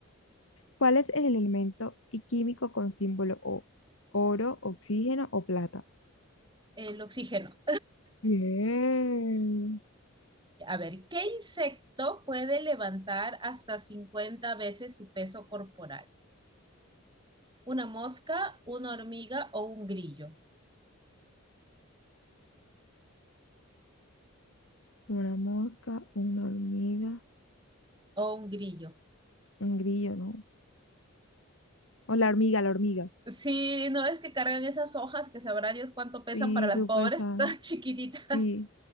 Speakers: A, on the left; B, on the right.
A: ¿cuál es el elemento y químico con símbolo O? ¿Oro, oxígeno o plata?
B: el oxígeno.
A: Bien.
B: A ver, ¿qué insecto puede levantar hasta 50 veces su peso corporal? ¿Una mosca, una hormiga o un grillo?
A: Una mosca, una hormiga,
B: O un grillo.
A: un grillo, ¿no? O la hormiga, la hormiga.
B: Sí, no es que cargan esas hojas que sabrá Dios cuánto pesan
A: Sí,
B: para las
A: supe
B: pobres,
A: esa.
B: <laughs> todas chiquititas.
A: Sí,